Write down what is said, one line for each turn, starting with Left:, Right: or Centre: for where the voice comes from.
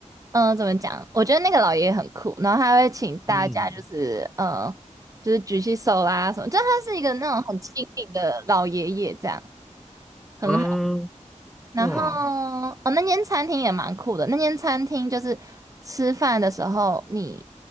Right: 嗯、呃怎么讲？我觉得那个老爷爷很酷，然后他会请大家就是嗯、
Centre: 嗯
Right: 呃就是举起手啦什么，就他是一个那种很亲民的老爷爷这样，很好。
Centre: 呃，
Right: 然后
Centre: 哇
Right: 哦，那间餐厅也蛮酷的，那间餐厅就是吃饭的时候你